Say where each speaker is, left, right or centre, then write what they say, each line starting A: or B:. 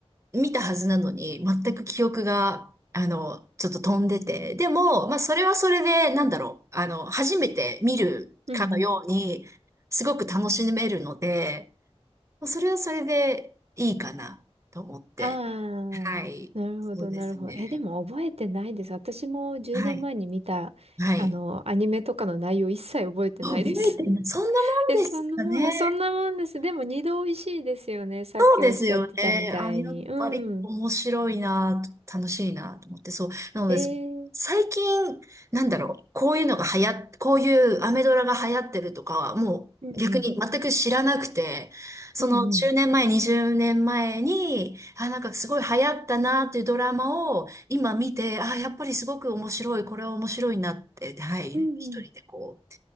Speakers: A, on the right; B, on the right.
A: 見たはずなのに全く記憶が、あの、ちょっと飛んでて。でも、まあそれはそれで、なんだろう、あの、初めて見るかのように、
B: うんうん。
A: すごく楽しめるので、それはそれでいいかなと思って。
B: <laughs> ああ、
A: はい。
B: なるほど、
A: そうですね。
B: なるほど。え、でも覚えてないです。私も10年前に見た、
A: はい。はい。
B: あの、アニメとかの内容一切覚えてないです。
A: 覚えてない。
B: <laughs>
A: そんなもんですかね。
B: え、そんなもん、そんなもんです。でも二度美味しいですよね。さっきおっしゃってたみたいに。
A: そうですよね。あ、やっぱり面白いなと、
B: うん。
A: 楽しいなと思って、そう。なので、
B: えー、
A: 最近、なんだろう、こういうのが流行っ、こういうアメドラが流行ってるとかは、もう逆に全く知らなくて、
B: うんうん。
A: その10年前、
B: うんうん。
A: 20年前に、あ、なんかすごい流行ったなっていうドラマを今見て、あ、やっぱりすごく面白い、これは面白いなって、はい、
B: うんうん。
A: 一人でこう、